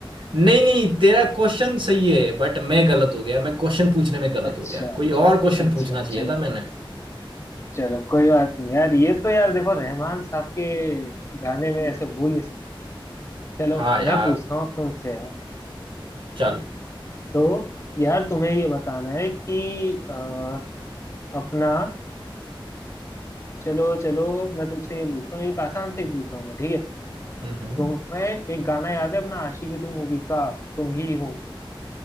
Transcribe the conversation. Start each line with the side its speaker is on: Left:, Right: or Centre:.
Right: नहीं नहीं तेरा क्वेश्चन सही है बट मैं गलत हो गया मैं क्वेश्चन पूछने में गलत
Left: अच्छा
Right: हो गया कोई और क्वेश्चन
Left: अच्छा
Right: पूछना चाहिए
Left: चलो
Right: था मैंने
Left: चलो कोई बात नहीं यार ये तो यार देखो रहमान साहब के गाने में ऐसे भूल नहीं सकते चलो
Right: हाँ यार
Left: मैं पूछता हूँ अब तुमसे यार
Right: चल
Left: तो यार तुम्हें ये बताना है कि अ, अपना चलो चलो मैं तुमसे ये पूछता हूँ एक आसान से ही पूछ रहा हूँ मैं ठीक है
Right: हम्म हम्म।
Left: तुम्हें एक गाना याद है अपना आशिकी टू मूवी का तुम ही हो